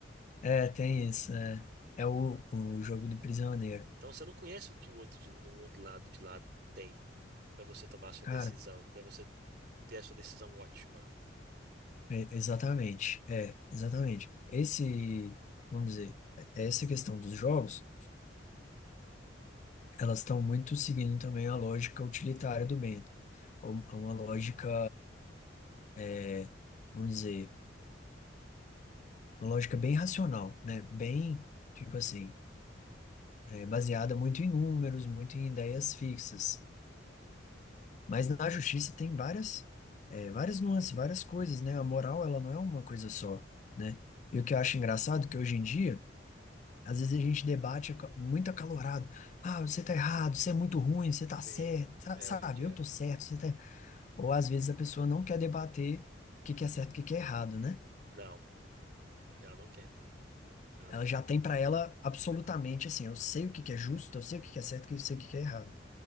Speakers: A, on the left; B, on the right.
A: É, tem isso. É, é o, o jogo do prisioneiro.
B: Então você não conhece o que o outro, de- o outro lado de lá tem para você tomar a sua
A: Cara,
B: decisão, para você ter a sua decisão ótima.
A: é- exatamente. É, exatamente. Esse, vamos dizer, é essa questão dos jogos elas estão muito seguindo também a lógica utilitária do bem, ou- uma lógica, é, vamos dizer, uma lógica bem racional, né? Bem, tipo assim, é, baseada muito em números, muito em ideias fixas. Mas na justiça tem várias, é, várias nuances, várias coisas, né? A moral, ela não é uma coisa só, né? E o que eu acho engraçado é que hoje em dia, às vezes a gente debate aca- muito acalorado. Ah, você tá errado, você é muito ruim, você tá certo,
B: Sim,
A: sa-
B: é,
A: sabe?
B: hoje em dia.
A: Eu tô certo, você tá. Ou às vezes a pessoa não quer debater o que que é certo e o que que é errado, né?
B: Não, ela não quer. Ela
A: Ela
B: não quer.
A: já tem para ela absolutamente assim, eu sei o que que é justo, eu sei o que que é certo, eu sei o que que é errado.